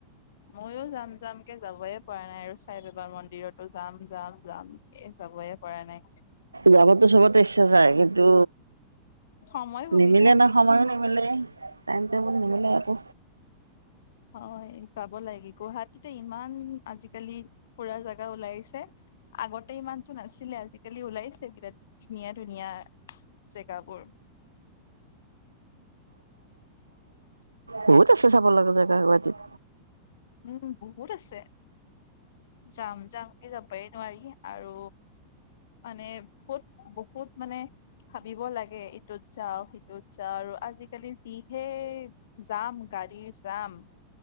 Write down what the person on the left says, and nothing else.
ময়ো যাম। যামকে যাব‌ই পৰা নাই আৰু, ছাইবাবা মন্দিৰতো যাম যাম যামকে যাবই পৰা নাই।
সময় সুবিধা
হয়, যাব লাগে গুৱাহাটীতে ইমান আজিকালি, ফুৰা জাগা ওলাইছে। আগতে ইমান নাছিলে আজিকালি ওলাইছে বিৰাট ধুনীয়া ধুনীয়া, জেগাবোৰ।
উম বহুত আছে। যাম যাম কি যাবই নোৱাৰি। আৰু মানে বহুত বহুত মানে ভাবিব লাগে ইটোত যাওঁ সিটোত যাওঁ আৰু আজিকালি যিহে যাম গাৰীৰ যাম।